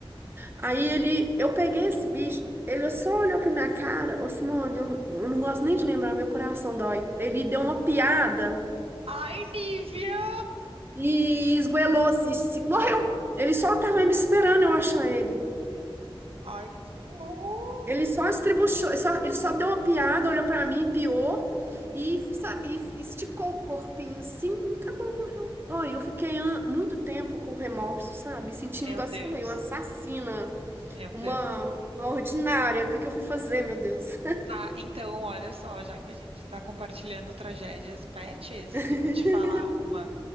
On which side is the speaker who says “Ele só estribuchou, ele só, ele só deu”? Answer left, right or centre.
Right